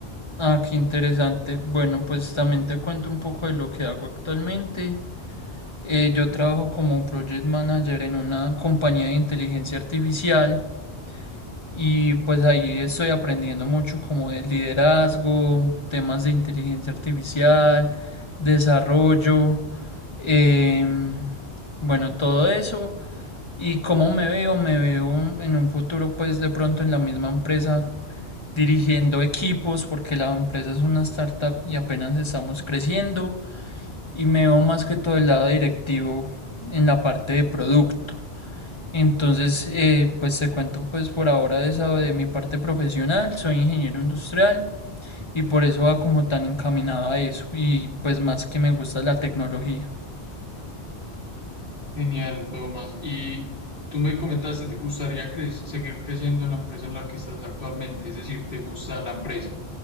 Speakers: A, on the left; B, on the left.
A: ah, qué interesante. Bueno, pues también te cuento un poco de lo que hago actualmente. Eh, yo trabajo como project manager en una compañía de inteligencia artificial. Y pues ahí estoy aprendiendo mucho como de liderazgo, temas de inteligencia artificial, desarrollo, em, bueno, todo eso. Y cómo me veo, me veo en un futuro pues de pronto en la misma empresa dirigiendo equipos porque la empresa es una startup y apenas estamos creciendo. Y me veo más que todo el lado directivo en la parte de producto. Entonces, eh, pues te cuento pues por ahora de esa de mi parte profesional, soy ingeniero industrial y por eso va como tan encaminado a eso y pues más que me gusta la tecnología.
B: Genial, Tomás. Y tú me comentaste, ¿te gustaría cre- seguir creciendo en la empresa en la que estás actualmente? Es decir, ¿te gusta la empresa?